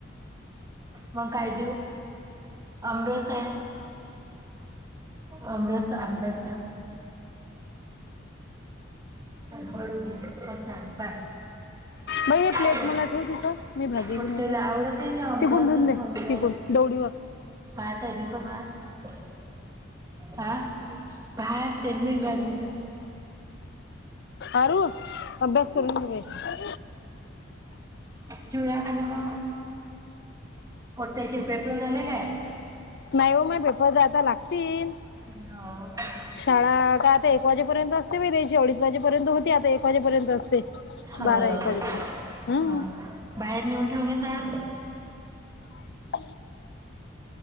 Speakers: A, on the right; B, on the left.
A: मग काय देऊ? आमरस हाय आमरस तो आंब्याचा. पडू दे <unintelligible>
B: बाई हे प्लेट मला ठेव तिथं मी भाजी
A: पोट्टीला
B: घेऊन येते
A: आवडत ही नाही आमरस
B: तिकून ठेवून
A: आणि
B: दे
A: फमरस.
B: तिकून दौडीवर
A: भात आहे देऊ का भात हां भात तेल मीठ भात घे ना.
B: आरू अभ्यास करून घे बाई.
A: चिवडा खाण बा. पोट्ट्यांचे पेपर झाले काय?
B: नाही हो पेपर आता लागतील.
A: <unintelligible>
B: शाळा का आता एक वाजेपर्यंत असते बाई त्याची अडीच वाजेपर्यंत होती आता एक वाजेपर्यंत असते.
A: ह
B: बारा एक वाजेपर्यंत हम्म.
A: ह बाहेर नेऊन ठेवून ये जा.
B: <inaudible>